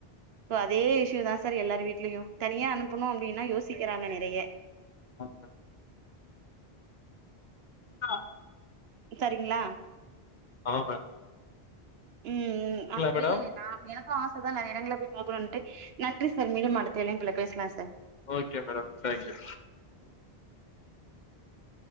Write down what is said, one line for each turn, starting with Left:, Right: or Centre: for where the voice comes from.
Right: ஸோ அதே இஷ்யூ தா சார் எல்லார் வீட்லயு தனியா அனுப்பணும் அப்டின்னா யோசிக்கிறாங்க நெறைய
Left: <unintelligible> அ
Right: சரிங்ளா
Left: ஆமா மேம்
Right: ம் ம் அதனாலயே
Left: மேடம்
Right: நான் அப்ப எனக்கு ஆச தான நா எடங்கள போய் பாக்கணுன்ட்டு நன்றி சார் மீண்டு அடுத்த இனைப்புல பேசலா sir
Left: okay madam thank you